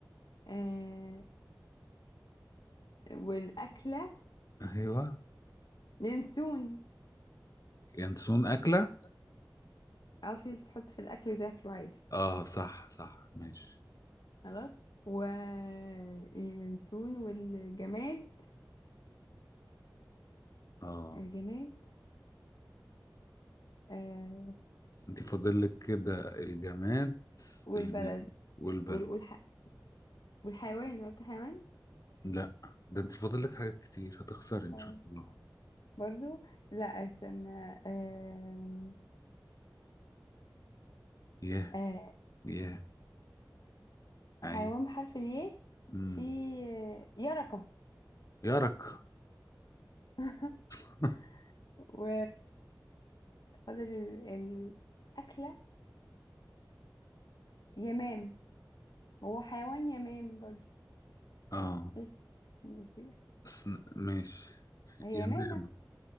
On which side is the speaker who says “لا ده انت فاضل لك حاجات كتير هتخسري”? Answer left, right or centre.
Left